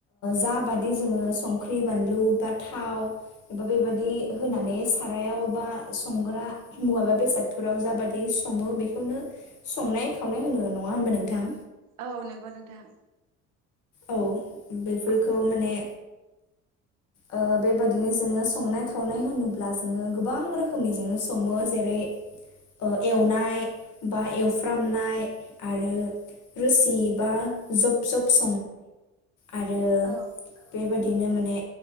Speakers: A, on the left; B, on the right.
A: जाबादि जोङो संख्रि बानलु बा थाव बा बेबादि होनानै सारायाव बा संग्रा मुवा बा बेसादफोराव जाबादि सङो बेखौनो संनाय खौनो होनो नङा होनबा नोंथां
B: औ नोंगौ नोंथां
A: औ बेफोरखौ
B: औ
A: माने ओ बेबाददिनो जोङो संनाय खावनाय होनोब्ला जोङो गोबां रोखोमनि जोङो सङो जेरै ओ एवनाय बा एवफ्रामनाय आरो रोसि बा जब जब स आरो
B: औ
A: बेबा बिदिनो माने